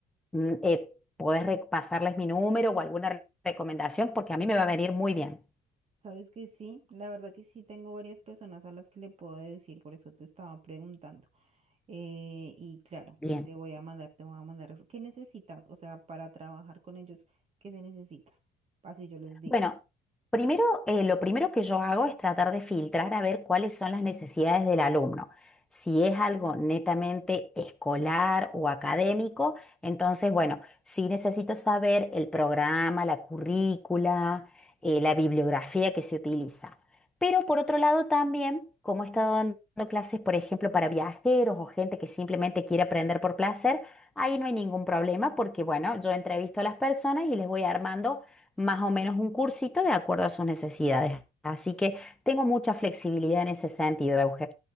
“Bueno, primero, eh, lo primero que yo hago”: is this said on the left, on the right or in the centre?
Centre